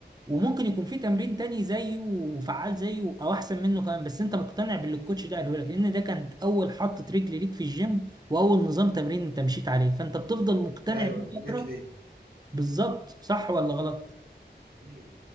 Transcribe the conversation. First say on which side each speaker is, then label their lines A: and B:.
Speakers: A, on the right (about 20°); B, on the right (about 60°).
A: وممكن يكون في تمرين تاني زيه وفعال زيه او احسن منه كمان بس انت مقتنع باللي الكوتش ده قاله لك لان ده كانت اول حطة رجل ليك في الجيم واول نظام تمرين انت مشيت عليه فانت بتفضل مقتنع
B: ايوه
A: بيه
B: انتميت
A: فترة
B: ليه
A: بالظبط صح ولا غلط
B: ليه؟